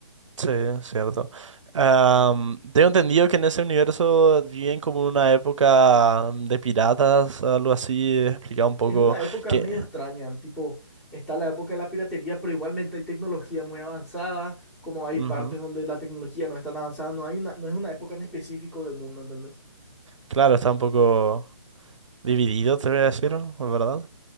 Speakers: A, on the right (about 80°); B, on the left (about 15°).
A: Sí, es cierto. Am, tengo entendido que en ese universo viven como una época de piratas, algo así. Explicaba un poco
B: Es una época
A: que...
B: medio extraña, tipo, está la época de la piratería, pero igualmente hay tecnología muy avanzada, como hay
A: Ujú.
B: partes donde la tecnología no es tan avanzada, no hay una, no es una época en específico del mundo, ¿entendés?
A: Claro, está un poco... Dividido, te voy a decir, la ¿verdad?